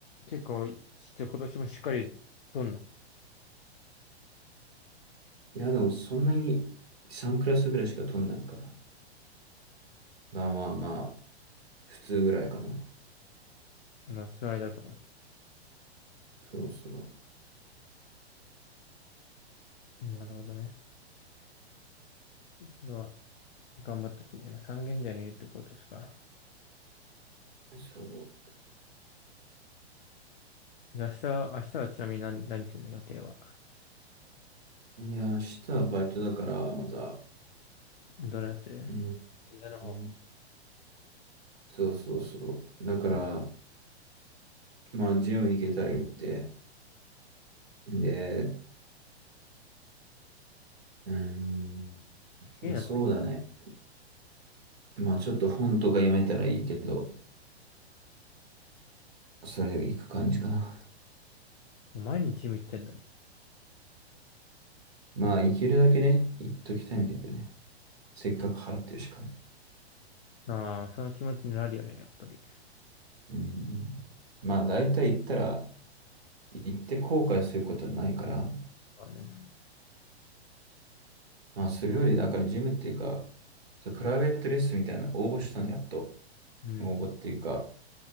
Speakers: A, on the left (about 50°); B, on the right (about 65°).
A: 結構、ちっちゃい今年もしっかりとんの。
B: いや、でもそんなに3クラスぐらいしか取んないから。まあまあまあ、普通ぐらいかな。
A: 夏の間から。
B: そうそ
A: なるほどね。それは、頑張ってほしいね。今、三軒茶屋にいるってことですか。
B: う。そ
A: で明日、明日はちなみに何、何するの予定は。
B: う。いや、明日はバイトだから、また。
A: どのやつ
B: うー
A: 銀座の方。
B: ん。そうそうそう。だから、まあ、ジム行けたら行って、で、うーん。
A: すげえな、
B: まあ、そうだね。
A: 毎日。
B: まあ、ちょっと本とか読めたらいいけど、それで行く感じかな。
A: 毎日ジム行ってんの。
B: まあ、行けるだけね、行っときたいんだよね。せっかく払ってるしかね。
A: ああ、その気持ちになるよね、やっぱり。
B: うん。まあ、大体行ったら、行って後悔することはないから、
A: まあね。
B: まあ、それより、だから、ジムっていうか、そうプライベートレッスンみたいな、応募したの、やっと。
A: うん。
B: 応募っていうか、